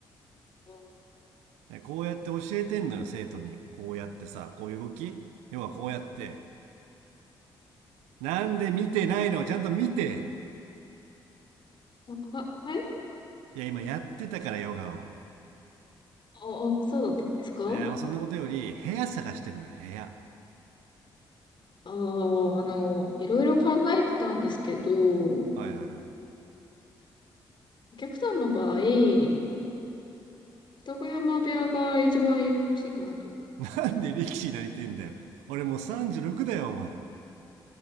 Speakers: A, on the left; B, on the right.
A: あ、
B: こうやって教えてんのよ、生徒に。こうやってさ、こういう動きヨガこうやって。なんで見てないのちゃんと見て。
A: は、はい。
B: いや、今やってたからヨガを。
A: あ、あ、そうだったんですか
B: いや、もうそんなことより、部屋探してんのよ、部屋。
A: ああー、あの、いろいろ考えてたんですけど、お
B: はいはいはい。
A: 客さんの場合、二子山部屋が一番よろしいかなと。
B: なんで力士になりてんだよ。俺もう36だよ、お前。